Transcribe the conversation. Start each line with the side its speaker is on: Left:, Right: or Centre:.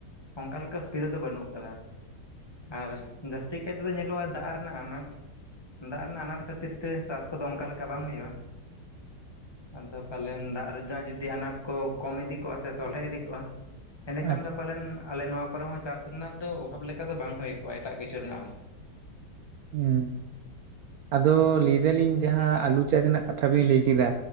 Left: ᱚᱱᱠᱟ ᱞᱮᱠᱟ ᱚᱥᱩᱵᱤᱫᱟ ᱫᱚ ᱵᱟᱹᱱᱩᱜ ᱟᱠᱟᱫᱟ ᱟᱨ ᱡᱟᱹᱥᱛᱤ ᱠᱟᱭ ᱛᱮᱫᱚ ᱧᱮᱞᱚᱜᱼᱟ ᱫᱟᱜ ᱨᱮᱱᱟᱜ ᱟᱱᱟᱴ ᱫᱟᱜ ᱨᱮᱱᱟᱜ ᱟᱱᱟᱴ ᱠᱷᱟᱹᱛᱤᱨ ᱛᱮ ᱪᱟᱥ ᱠᱚᱫᱚ ᱚᱱᱠᱟ ᱞᱮᱠᱟ ᱵᱟᱝ ᱦᱩᱭᱩᱜᱼᱟ ᱟᱫᱚ ᱯᱟᱞᱮᱱ ᱫᱟᱜ ᱨᱮᱱᱟᱜ ᱡᱩᱫᱤ ᱟᱱᱟᱴ ᱠᱚ ᱠᱚᱢ ᱤᱫᱤ ᱠᱚᱜᱼᱟ ᱥᱮ ᱥᱚᱞᱦᱮ ᱤᱫᱤ ᱠᱚᱜᱼᱟ ᱮᱸᱱᱮᱠᱷᱟᱱ
Right: ᱟᱪᱪᱷᱟ
Left: ᱫᱚ ᱯᱟᱞᱮᱱ ᱟᱞᱮ ᱱᱚᱣᱟ ᱠᱚᱨᱮ ᱦᱚᱸ ᱪᱟᱥ ᱨᱮᱱᱟᱜ ᱫᱚ ᱚᱵᱷᱟᱵᱽ ᱞᱮᱠᱟ ᱫᱚ ᱵᱟᱝ ᱦᱩᱭ ᱠᱚᱜᱼᱟ ᱮᱴᱟᱜ ᱠᱤᱪᱷᱩ ᱨᱮᱱᱟᱜ ᱦᱚᱸ
Right: ᱦᱮᱸ ᱟᱫᱚ ᱞᱟᱹᱭᱫᱟᱞᱤᱧ ᱡᱟᱦᱟᱸ ᱟᱹᱞᱩ ᱪᱟᱥ ᱨᱮᱱᱟᱜ ᱠᱟᱛᱷᱟ ᱵᱤᱱ ᱞᱟᱹᱭ ᱠᱮᱫᱟ